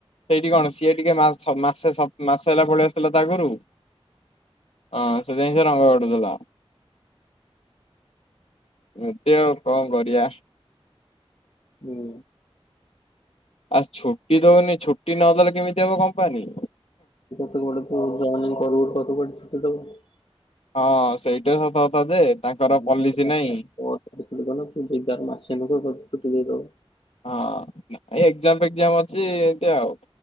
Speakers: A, on the left; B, on the left.
A: ସେଇଠି କଣ ସିଏ ଟିକେ ମାସ ମାସେ ମାସେ ଛ ହେଲା ପଳେଇ ଆସିଥିଲା ତ ଆଗରୁ ହଁ ସେଥିପାଇଁ ସେ ରଙ୍ଗ କାଢୁ ଥିଲା। ଏବେ ଆଉ କଣ କରିବା?
B: ହୁଁ।
A: ଆଉ ଛୁଟି ଦଉନି ଛୁଟି ନଦେଲେ କେମିତି ହବ କମ୍ପାନୀ?
B: ତ ବ ପୁ ଜନିଂ କର କତ ବ ଛୁଟି ଦେବ <unintelligible> <inaudible>
A: ହଁ ସେଇଟା ସତ କଥା ଯେ
B: <unintelligible>
A: ତାଙ୍କର ପଲିସି ନାହିଁ।
B: ମାସେ ଛୁଟି ଦେଇଦବ।
A: ହଁ ଏକ୍ଜାମ ଫେକ୍ଜାମ ଅଛି ଏମତି ଆଉ।